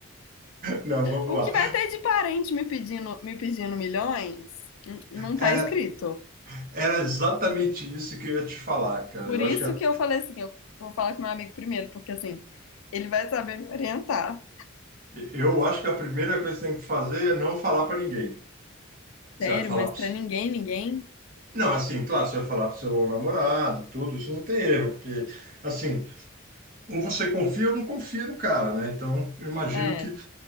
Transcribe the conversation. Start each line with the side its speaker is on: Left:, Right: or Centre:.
Right: Não, vamos
Left: O
Right: lá.
Left: que vai ter de parente me pedindo, me pedindo milhões, n- não tá
Right: Era,
Left: escrito.
Right: era exatamente isso que eu ia te falar, cara.
Left: Por
Right: Eu
Left: isso
Right: acho que a,
Left: que eu falei assim, eu vou falar com meu amigo primeiro, porque assim, ele vai saber me orientar.
Right: eu acho que a primeira coisa que você tem que fazer é não falar pra ninguém. Você
Left: Sério,
Right: vai falar
Left: mas
Right: para
Left: pra ninguém, ninguém.
Right: Não, assim, claro, você vai falar pro seu namorado, tudo, isso não tem erro, porque, assim, ou você confia ou não confia no cara, né? Então, eu imagino
Left: É.
Right: que